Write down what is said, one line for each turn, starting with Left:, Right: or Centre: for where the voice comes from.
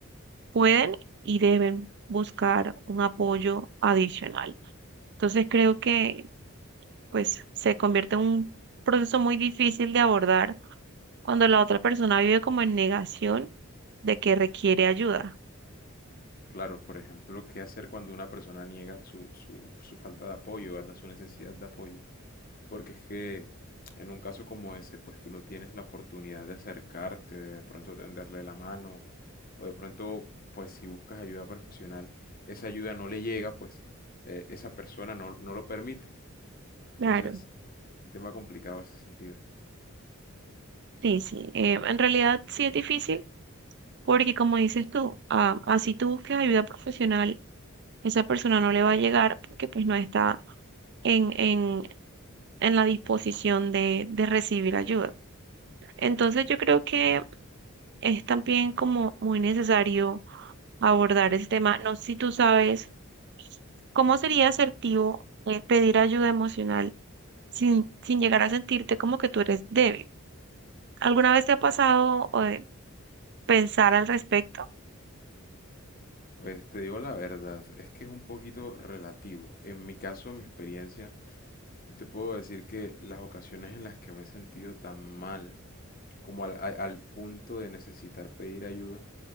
Right: pueden y deben buscar un apoyo adicional. Entonces creo que pues se convierte en un proceso muy difícil de abordar cuando la otra persona vive como en negación de que requiere ayuda.
Left: Claro, por ejemplo, ¿qué hacer cuando una persona niega su, su, su falta de apoyo, ¿verdad? Su necesidad de apoyo. Porque es que en un caso como ese, pues tú no tienes la oportunidad de acercarte, de de pronto tenderle la mano, o de pronto, pues si buscas ayuda profesional, esa ayuda no le llega, pues eh, esa persona no, no lo permite. Entonces,
Right: Claro.
Left: un tema complicado ese sentido.
Right: Sí, sí. eh, en realidad sí es difícil porque como dices tú, ah, así tú busques ayuda profesional, esa persona no le va a llegar porque pues no está en, en, en la disposición de, de recibir ayuda. Entonces yo creo que es también como muy necesario abordar ese tema. No sé si tú sabes cómo sería asertivo eh, pedir ayuda emocional sin, sin llegar a sentirte como que tú eres débil. ¿Alguna vez te ha pasado o de pensar al respecto?
Left: Pues te digo la verdad, es que es un poquito relativo. En mi caso, en mi experiencia, yo te puedo decir que las ocasiones en las que me he sentido tan mal, como al, a- al punto de necesitar pedir ayuda,